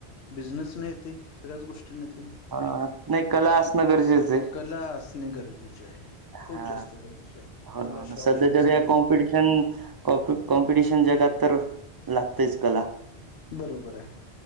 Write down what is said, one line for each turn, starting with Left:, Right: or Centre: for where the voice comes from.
Left: बिझनेस नाही येते सगळ्याच गोष्टी नाहीेते.
Right: हो ना, हो ना. नाही, कला असणं गरजेचं
Left: कला असणे गरजेचे आहे.
Right: हा
Left: खूप जास्त गरजेचे आहे
Right: हो ना
Left: कलाशिवाय
Right: हो ना सध्या
Left: ऑप्शनच
Right: जरी
Left: नाही
Right: या कॉम्पिटि
Left: आहे.
Right: कॉम्पिटिशन जगात तर लागतेच कला
Left: बरोबर आहे